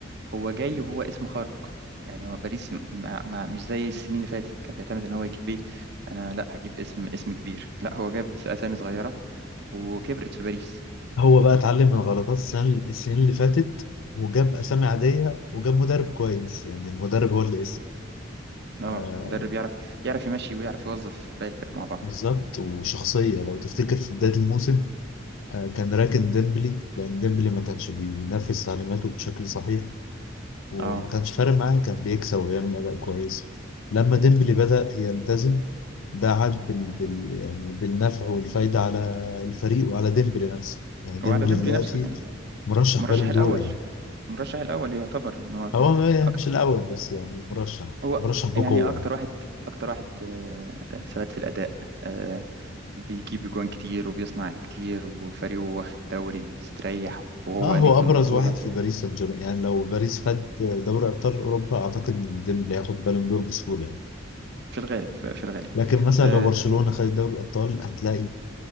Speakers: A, on the right; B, on the left.
A: هو جاي وهو اسم خارق يعني هو باريس م- ما ما مش زي السنين اللي فاتت كان بيعتمد ان هو يجيب ايه انا لا هجيب اسم اسم كبير لا هو جاب اس- اسامي صغيرة وكبرت في باريس
B: هو بقى اتعلم من غلطات السنة السنين اللي فاتت وجاب أسامي عادية وجاب مدرب كويس يعني المدرب هو اللي اسم
A: اه
B: آه
A: مدرب يعرف يعرف يمشي ويعرف يوظف باقي الفرق مع بعض
B: بالظبط وشخصية لو تفتكر في بداية الموسم آه كان راكن ديمبلي لأن ديمبلي ما كانش بينفذ تعليماته بشكل صحيح وما
A: اه
B: كانش فارق معاه كان بيكسب وبيعمل أداء كويس لما ديمبلي بدأ يلتزم ده عاد بال... بال... يعني بالنفع والفايدة على الفريق وعلى ديمبلي نفسه يعني ديمبلي
A: وعلى ديمبلي
B: دلوقتي
A: نفسه يعني
B: مرشح
A: المرشح
B: بالون
A: الاول
B: دور يعني
A: المرشح الاول يعتبر ان هو
B: هو
A: اكتر
B: مش الأول بس يعني مرشح
A: هو
B: مرشح بقوة
A: يعني اكتر واحد اكتر واحد آه، آه، ثبات في الاداء آه، بيجيب جوان كتير وبيصنع كتير وفريقه واخد دوري مستريح وهو
B: اه هو
A: نجم
B: أبرز
A: البطولة
B: واحد في باريس سان جيرمان يعني لو باريس خد دوري أبطال أوروبا أعتقد إن ديمبلي هياخد بالون دور بسهولة يعني
A: في الغالب في في الغالب
B: لكن مثلا
A: آه،
B: لو برشلونة خدت دوري الأبطال هتلاقي